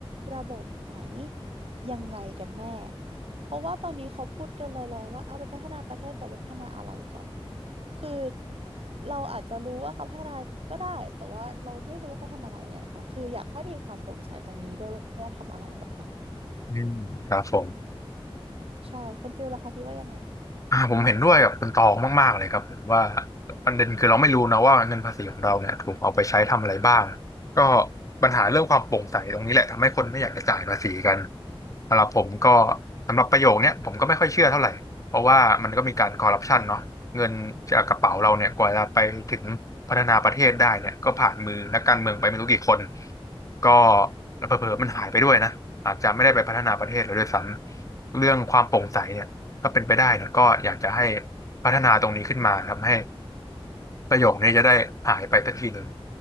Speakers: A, on the right (about 75°); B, on the left (about 35°).
A: ระบบไหนยังไงกันแน่เพราะว่าตอนนี้เขาพูดกันลอยๆว่าเอาไปพัฒนาประเทศแต่ว่าพัฒนาอะไรก่อนคือเราอาจจะรู้ว่าเขาพัฒนาก็ได้แต่ว่าเราไม่รู้ว่าเขาทำอะไรไงค่ะคืออยากให้มีความโปร่งใสตรงนี้ด้วยว่าจะทำอะไรกับมัน
B: อืมครับผม
A: ใช่คุณฟิลล่ะคะคิดว่ายังไง
B: อ่าผมเห็นด้วยกับคุณตองมากๆเลยครับผมว่าประเด็นคือเราไม่รู้นะว่าเงินภาษีของเราเนี่ยถูกเอาไปใช้ทำอะไรบ้างก็ปัญหาเรื่องความโปร่งใสตรงนี้แหละทำให้คนไม่อยากจะจ่ายภาษีกันสำหรับผมก็สำหรับประโยคเนี้ยผมก็ไม่ค่อยเชื่อเท่าไหร่เพราะว่ามันก็มีการคอร์รัปชันเนาะเงินจากกระเป๋าเราเนี่ยกว่าจะไปถึงพัฒนาประเทศได้เนี่ยก็ผ่านมือนักการเมืองไปไม่รู้กี่คนก็เผลอๆมันหายไปด้วยนะอาจจะไม่ได้ไปพัฒนาประเทศเลยด้วยซ้ำเรื่องความโปร่งใสเนี่ย ถ้าเป็นไปได้เนี่ยก็อยากจะให้พัฒนาตรงนี้ขึ้นมาทำให้ประโยคนี้จะได้หายไปสักทีหนึ่ง